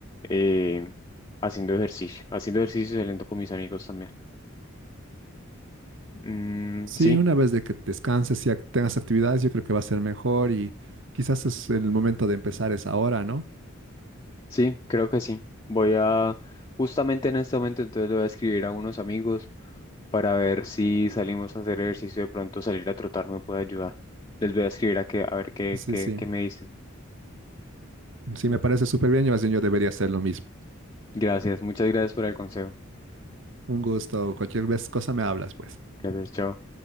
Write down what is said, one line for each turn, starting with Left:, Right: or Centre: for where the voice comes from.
Left: eh, haciendo ejercicio, haciendo ejercicio y saliendo con mis amigos también. Mm,
Right: Sí,
Left: sí,
Right: una vez de que descanses y ac- tengas actividades, yo creo que va a ser mejor y quizás es el momento de empezar es ahora, ¿no?
Left: sí, creo que sí. Voy a, justamente en este momento, entonces le voy a escribir a unos amigos para ver si salimos a hacer ejercicio, de pronto salir a trotar me puede ayudar. Les voy a escribir a, que, a ver qué,
Right: Sí,
Left: qué,
Right: sí,
Left: qué me dicen.
Right: sí,
Left: Bueno.
Right: me parece súper bien y más bien yo debería hacer lo mismo.
Left: Gracias, muchas gracias por el consejo.
Right: Un gusto, cualquier vez cosa me hablas, pues.
Left: Gracias, chao.